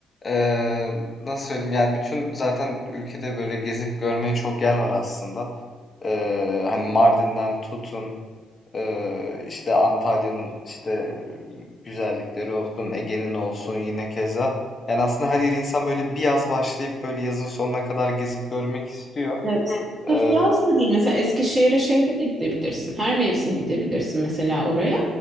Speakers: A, on the left; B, on the right.
A: eee, nasıl söyleyeyim? Yani bütün zaten ülkede böyle gezip görmeye çok yer var aslında. Eee, hani Mardin'den tutun, eee, işte Antalya'nın işte güzellikleri olsun, Ege'nin olsun yine keza. Yani aslında her yeri insan böyle bir yaz başlayıp böyle yazın sonuna kadar gezip görmek istiyor.
B: Evet.
A: Eee,
B: Sırf yaz da değil. Mesela Eskişehir'e şeyde de gidebilirsin. Her mevsim gidebilirsin mesela oraya.